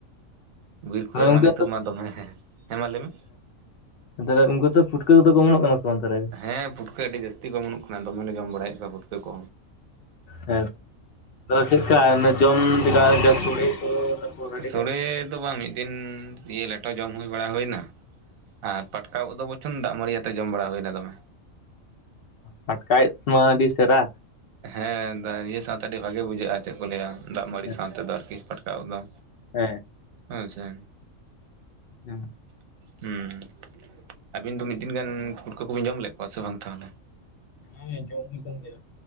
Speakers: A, on the right; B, on the left.
A: ᱵᱤᱨ ᱠᱚᱨᱮ
B: ᱛᱟᱦᱚᱞᱮ ᱜᱚᱝᱠᱮ
A: ᱢᱟ ᱱᱤᱛᱚᱜ ᱢᱟ ᱫᱚᱢᱮ ᱦᱮᱸ ᱦᱮᱸ ᱦᱮᱸ ᱢᱟ ᱞᱟᱹᱭᱢᱮ
B: ᱛᱟᱦᱞᱮ ᱜᱚᱝᱠᱮ ᱯᱷᱩᱴᱠᱟᱹ ᱠᱚᱫᱚ ᱠᱚ ᱚᱢᱚᱱᱚᱜ ᱠᱟᱱᱟ ᱥᱮ ᱵᱟᱝ ᱛᱟᱦᱞᱮ᱾
A: ᱦᱮᱸ ᱯᱷᱩᱴᱠᱟᱹ ᱟᱹᱰᱤ ᱡᱟᱹᱛᱤ ᱠᱚ ᱚᱢᱚᱱᱚᱜ ᱠᱟᱱᱟ ᱫᱚᱢᱮ ᱞᱮ ᱡᱚᱢ ᱵᱟᱲᱟᱭᱮᱫ ᱠᱚᱣᱟ ᱯᱷᱩᱴᱠᱟᱹ ᱠᱚ
B: ᱦᱮᱸ ᱪᱮᱫᱠᱟ ᱡᱚᱢ ᱠᱮᱫᱟᱭ ᱡᱟᱥ ᱥᱚᱲᱮ ᱠᱚ ᱜᱟᱹᱰᱤ
A: ᱥᱳᱲᱮ
B: ᱜᱟᱱ
A: ᱫᱚ ᱵᱟᱝ ᱢᱤᱫ ᱫᱤᱱ ᱤᱭᱟᱹ ᱞᱮᱴᱳ ᱡᱚᱢ ᱦᱩᱭ ᱵᱟᱲᱟ ᱦᱩᱭᱱᱟ᱾ ᱟᱨ ᱯᱟᱴᱠᱟ ᱩᱫ ᱫᱚ ᱵᱚᱪᱚᱱ ᱫᱟᱜᱽ ᱢᱟᱺᱰᱤ ᱟᱛᱮ ᱡᱚᱢ ᱵᱟᱲᱟ ᱦᱩᱭᱞᱮᱱᱟ ᱫᱚᱢᱮ᱾
B: ᱯᱟᱴᱠᱟ ᱩᱫᱢᱟ ᱟᱹᱰᱤ ᱥᱮᱨᱟ
A: ᱦᱮᱸ ᱫᱟ ᱤᱭᱟᱹ ᱥᱟᱶᱛᱮ ᱟᱹᱰᱤ ᱵᱷᱟᱜᱮ ᱵᱩᱡᱷᱟᱹᱜᱼᱟ ᱪᱮᱫ ᱠᱚ ᱞᱟᱹᱭᱟ ᱫᱟᱜᱽ ᱢᱟᱺᱲᱤ
B: ᱦᱮᱸ
A: ᱥᱟᱶ ᱛᱮᱫᱚ ᱟᱨᱠᱤ ᱯᱟᱴᱠᱟ ᱩᱫ ᱫᱚ
B: ᱦᱮᱸ
A: ᱟᱪᱪᱷᱟ
B: ᱦᱮᱸ
A: ᱦᱚᱸ ᱟᱹᱵᱤᱱ ᱫᱚ ᱢᱤᱫ ᱫᱤᱱ ᱜᱟᱱ ᱯᱷᱩᱴᱠᱟᱹ ᱠᱚᱵᱤᱱ ᱡᱚᱢ ᱞᱮᱫ ᱠᱚᱣᱟ ᱥᱮ ᱵᱟᱝ ᱛᱟᱦᱚᱞᱮ?
B: ᱦᱚᱭᱟ ᱡᱚᱢ ᱦᱩᱭ ᱠᱟᱱ ᱜᱮᱭᱟ᱾